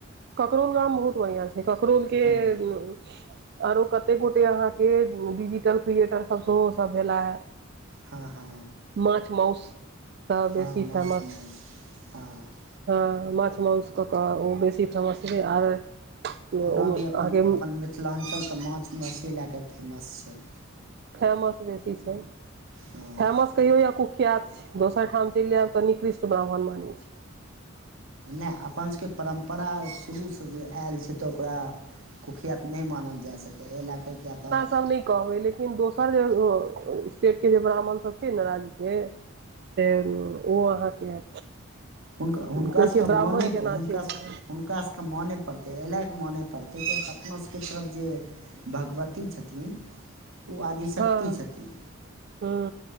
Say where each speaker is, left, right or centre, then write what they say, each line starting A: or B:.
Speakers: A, on the right (about 50°); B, on the right (about 70°).
A: ककरोल गाम बहुत बढ़िआँ छैयककरोलके
B: हँ
A: <unintelligible> आरो कते गोटे अहाँके डिजिटल क्रिएटरसभ सेहो सभ भेला हे।
B: हँ हँ।
A: माछ माउस सँ बेसी
B: हँ माछ
A: फेमस।
B: माउस हँ
A: हँ माछ माउस कऽ कऽ ओ बेसी फमसै छथि आर। अहाँके
B: ओना भी अपन अपन मिथिलाञ्चलके माछ मउसे लए कऽ फेमस छैय।
A: फेमस बेसी छैय।
B: हँ
A: फेमस कहियो या कुख्यात छैय दोसर ठाम चइल जायब तऽ निकृष्ट ब्राह्मण मानै छैय।
B: नै अपन सभके परम्परा शुरूसँ जे आयल छैय तऽ ओकरा कुख्यात नै मानल जा सकै एहि लए कऽ किए तऽ
A: हम नै कहबै लेकिन लेकिन दोसर जे स्टेटके जे ब्राह्मण सब छैयने राज्यके से ओ अहाँके
B: हुनका हुनकासभके
A: कहै छियै ब्राह्मण
B: मानै
A: केना
B: प हुनकास
A: छै से
B: हुनकास मने पड़तै एहि लए कऽ माने पड़तै कि अपनो सबके तरफ जे भगवती छथिन ओ आदिशक्ति
A: हँ
B: छथिन।
A: हूँ